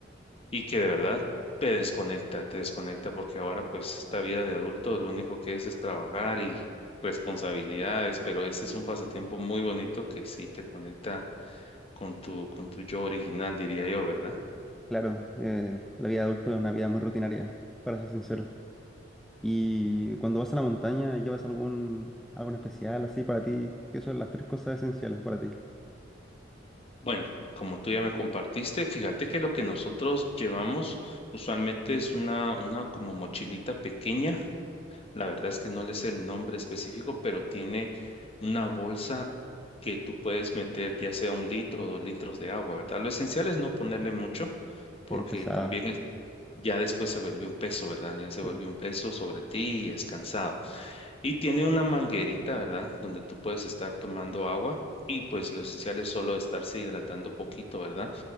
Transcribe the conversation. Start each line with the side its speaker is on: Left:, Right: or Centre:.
Left: y que de verdad te desconecta, te desconecta porque ahora pues esta vida de adulto lo único que es es trabajar y responsabilidades, pero ese es un pasatiempo muy bonito que sí te conecta con tu, con tu yo original, diría yo, ¿verdad?
Centre: claro, el- la vida adulta es una vida muy rutinaria, para ser sincero. Y cuando vas a la montaña, ¿llevas algún, algo en especial así para ti? ¿Qué son las tres cosas esenciales para ti?
Left: Bueno, como tú ya me compartiste, fíjate que lo que nosotros llevamos usualmente es una, una como mochilita pequeña La verdad es que no le sé el nombre específico, pero tiene una bolsa que tú puedes meter ya sea un litro o dos litros de agua, ¿verdad? Lo esencial es no ponerle mucho porque
Centre: Y es pesada,
Left: también es- ya después se vuelve un peso, ¿verdad? Ya se
Centre: sí.
Left: vuelve un peso sobre ti y es cansado. Y tiene una manguerita, ¿verdad? Donde tú puedes estar tomando agua y pues lo esencial es solo estarse hidratando poquito, ¿verdad?